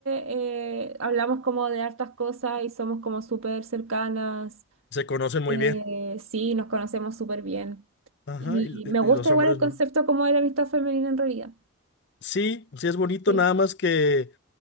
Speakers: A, on the right; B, on the left.
A: eh, hablamos como de hartas cosas y somos como súper cercanas.
B: se conocen muy
A: Eh,
B: bien,
A: sí, nos conocemos súper bien.
B: ajá,
A: Y
B: y,
A: me gusta
B: y- y los
A: igual
B: hombres
A: el concepto
B: no.
A: como de la amistad femenina en realidad.
B: Sí, sí es bonito,
A: Sí.
B: nada más que,